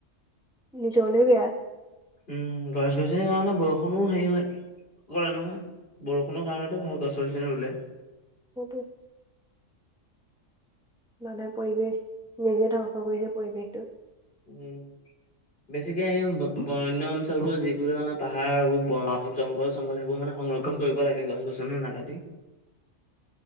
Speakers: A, in the centre; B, on the left.
A: নিজৰলেই বেয়া।
B: উম, গছ-গছনি হোৱা হলে, বৰষুনো হেৰি হয়, কৰে নহয় বৰষুণৰ কাৰণেতো ভাল গছ গছনি ৰুলে।
A: সেইটোৱেই। মানুহে পৰিৱেশ নিজে ধ্বংস কৰিছে পৰিৱেশটো।
B: উম। বেছিকে বণ্যঅঞ্চলবোৰ মানে, পাহাৰবোৰ জংঘল-চংঘল সেইবোৰ মানে সংৰক্ষন ক্ষন কৰিব লাগে, গছ-গছনি নাকাতি।